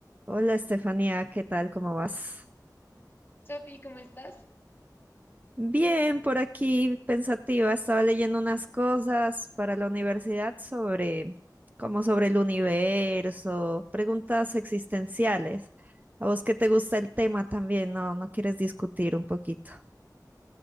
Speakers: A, on the right (about 25°); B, on the left (about 30°).
A: Hola Estefanía, ¿qué tal? ¿Cómo vas?
B: Sofi, ¿cómo estás?
A: Bien, por aquí pensativa, estaba leyendo unas cosas para la universidad sobre, como sobre el universo, preguntas existenciales. A vos que te gusta el tema también, ¿no? ¿No quieres discutir un poquito?